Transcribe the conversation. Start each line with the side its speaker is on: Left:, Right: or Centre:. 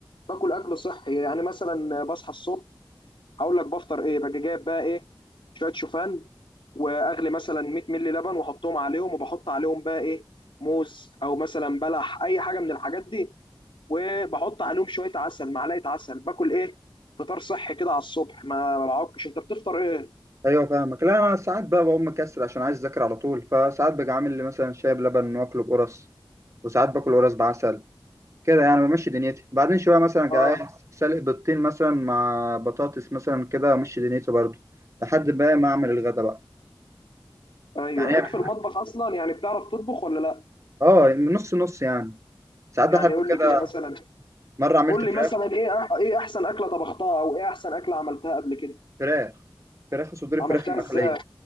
Left: باكل اكل صحي يعني مثلا بصحى الصبح هقول لك بفطر ايه باجي جايب بقى ايه شويه شوفان واغلي مثلا 100 مللي لبن واحطهم عليهم وبحط عليهم بقى ايه موز او مثلا بلح اي حاجه من الحاجات دي وبحط عليهم شويه عسل معلقه عسل باكل ايه فطار صحي كده على الصبح ما ما بعكش انت بتفطر ايه
Right: ايوه فاهمك لا انا ساعات بقى بقوم مكسل عشان عايز اذاكر على طول فساعات باجي عامل لي مثلا شاي بلبن واكله بقرص وساعات باكل قرص بعسل كده يعني بمشي دنيتي بعدين شوية مثلا جاي
Left: اه
Right: سالق بيضتين مثلا مع بطاطس مثلا كده أمشي دنيتي برضو لحد بقى ما أعمل الغدا بقى
Left: ايوه
Right: يعني
Left: ليك
Right: هي-
Left: في المطبخ اصلا يعني بتعرف تطبخ ولا لا
Right: اه نص نص يعني ساعات
Left: يعني
Right: بحب
Left: قول
Right: كده
Left: لي كده مثلا
Right: مرة عملت
Left: قول لي
Right: فراخ
Left: مثلا ايه أح- ايه احسن اكله طبختها او ايه احسن اكله عملتها قبل كده
Right: فراخ فراخ صدور
Left: عملتها
Right: فراخ المخلية
Left: ازاي